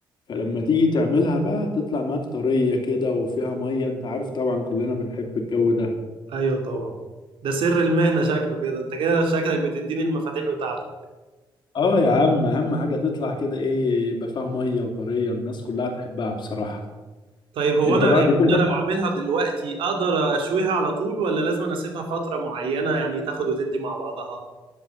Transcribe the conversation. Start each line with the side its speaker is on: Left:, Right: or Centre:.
Left: فلما تيجي تعملها بقى تطلع معاك طرية كده وفيها مية أنت عارف طبعا كلنا بنحب الجو ده
Right: ايوه طبعا ده سر المهنة شكله كده انت كده شكلك بتديني المفاتيح بتاعتك
Left: آه يا عم أهم حاجة تطلع كده إيه يبقى فيها مية وطرية الناس كلها تحبها بصراحة
Right: طيب هو
Left: انت
Right: انا
Left: بعد
Right: يعني
Left: كده
Right: انا لو عاملها دلوقتي اقدر اشويها على طول ولا لازم أنا اسيبها فترة معينة يعني تاخد وتدي مع بعضها